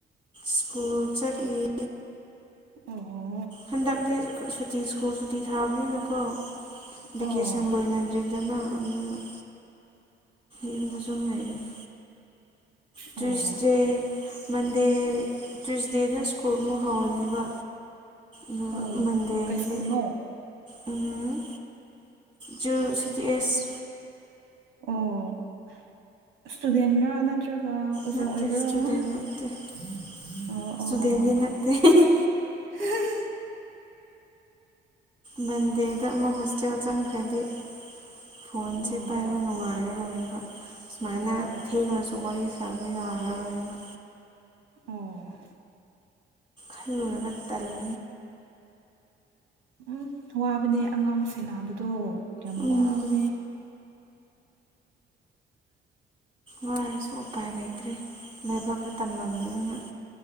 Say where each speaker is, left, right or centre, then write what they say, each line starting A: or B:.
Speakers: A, on the right (about 25°); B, on the right (about 85°).
A: ꯁ꯭ꯀꯨꯜ ꯆꯠꯂꯤ
B: ꯑꯣ ꯍꯣ
A: ꯍꯟꯗꯛꯇꯤ ꯁꯨꯇꯤ ꯁ꯭ꯀꯨꯜ ꯁꯨꯇꯤ ꯊꯥꯕꯅꯤꯅꯀꯣ ꯚꯦꯀꯦꯁꯟ
B: ꯑꯣ
A: ꯂꯣꯏꯅꯗ꯭ꯔꯤꯗꯅ ꯑꯗꯨꯒꯤ ꯌꯨꯝꯗ ꯁꯨꯝ ꯂꯩꯕꯅꯤ ꯇ꯭ꯔꯨꯏꯁꯗꯦ
B: ꯑꯣ
A: ꯃꯟꯗꯦ ꯇꯨꯏꯁꯗꯦꯗ ꯁ꯭ꯀꯨꯜꯃꯨꯛ ꯍꯧꯔꯅꯤꯕ <inaudible>
B: ꯑꯣ
A: ꯕꯟꯗꯦꯗꯗꯤ
B: ꯀꯩ ꯁ꯭ꯀꯨꯜꯅꯣ
A: ꯎꯝ ꯖꯜ ꯁꯤꯇꯤ ꯑꯦꯁ
B: ꯑꯣ ꯏꯁꯇꯨꯗꯦꯟꯔꯥ ꯅꯠꯇ꯭ꯔꯒ ꯑꯣꯖꯥ
A: ꯅꯠꯇꯦ
B: ꯑꯣꯏꯕ꯭ꯔꯣ
A: ꯏꯁꯇꯨꯗꯦꯟ ꯅꯠꯇꯦ ꯏꯁꯇꯨꯗꯦꯟꯗꯤ
B: ꯑꯣ ꯑꯣ ꯑꯣ
A: ꯅꯠꯇꯦ ꯍꯤ ꯍꯤ
B: <unintelligible>
A: ꯃꯟꯗꯦꯗ ꯑꯃꯨꯛ ꯍꯣꯁꯇꯦꯜ ꯆꯪꯈ꯭ꯔꯗꯤ ꯐꯣꯟꯁꯦ
B: ꯑꯣ ꯑꯣ
A: ꯄꯥꯏꯕ ꯅꯨꯡꯉꯥꯏꯔꯔꯣꯏꯕ ꯁꯨꯃꯥꯏꯅ
B: ꯑꯣ
A: ꯊꯦꯡꯔꯁꯨ
B: ꯑꯣ
A: ꯋꯥꯔꯤ ꯁꯥꯕ ꯌꯥꯔꯔꯣꯏꯕ
B: ꯎꯝ
A: ꯍꯜꯂꯣꯏꯔꯒ ꯇꯜꯂꯤ
B: ꯎꯝ ꯋꯥꯕꯅꯦ ꯑꯉꯥꯡ ꯁꯦꯟꯅꯕꯗꯨ ꯌꯥꯝ
A: ꯎꯝ
B: ꯋꯥꯕꯅꯦ
A: ꯋꯥꯔꯁꯨ ꯎꯄꯥꯏ ꯂꯩꯇ꯭ꯔꯦ ꯂꯩꯕꯛꯇ ꯇꯝꯂꯝꯕꯅꯤꯅ